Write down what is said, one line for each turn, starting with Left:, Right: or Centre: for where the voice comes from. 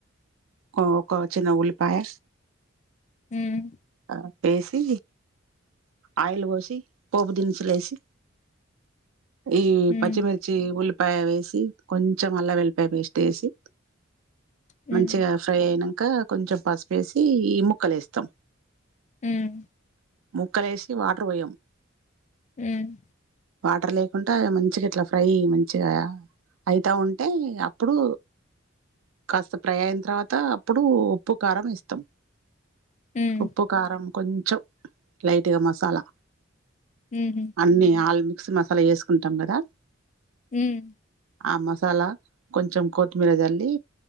Right: ఓ ఒక చిన్న ఉల్లిపాయ
Left: ఉమ్
Right: అట్ వేసి ఆయిల్ పోసి పోపు దినుసులే సి ఈ
Left: హ్మ్
Right: పచ్చిమిర్చి ఉల్ పాయ వేసి కొంచెం అల్ల వెల్లిపాయ పేస్ట్ వేసి
Left: హ్మ్
Right: మంచిగా ఫ్రై అయినా కా కొంచెం పసుపేసి ఈ ముక్కలు వేస్తాం
Left: ఉమ్
Right: క్కలేేసి వాటర్ పోయమ్
Left: ఉమ్
Right: వాటర్ లేకుండా మంచిగా ఇట్లా ఫ్రై మంచిగా అయితా ఉంటే అప్పుడు కాస్త ప్రై అయిన్ తర్వాత అప్పుడు ఉప్పు కారం వేస్తాం
Left: హ్మ్.
Right: ఉప్పు కారంం కొంచం లైట్గా మసాలా
Left: హుహు.
Right: అన్ని ఆల్ మిక్సీ మసాలా వేసుకుంటాం కదా
Left: ఉమ్
Right: ఆ మసాలా కొంచెం కొత్మీర జల్లి